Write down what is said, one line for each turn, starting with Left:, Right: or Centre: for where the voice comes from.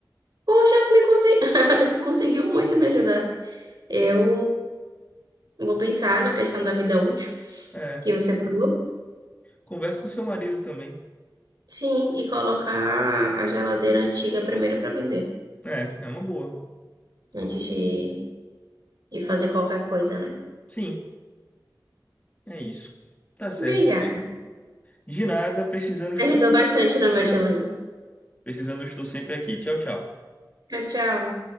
Right: Poxa, me conse- <laughs> conseguiu muito me ajudar. Eu vou pensar na questão da vida útil
Left: É,
Right: que você falou.
Left: converse com seu marido também.
Right: Sim, e colocar a geladeira antiga primeiro para vender,
Left: É, é uma boa.
Right: antes de, de fazer qualquer coisa, né?
Left: Sim, é isso. Tá certo.
Right: Obrigada.
Left: De nada, precisando estou,
Right: Ajudou bastante no meu dilema.
Left: precisando estou sempre aqui. Tchau, tchau.
Right: Tchau, tchau.